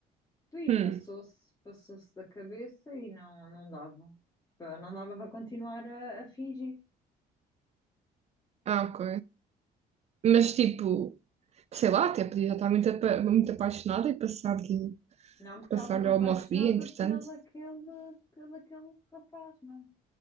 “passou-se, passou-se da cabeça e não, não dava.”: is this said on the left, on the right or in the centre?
Left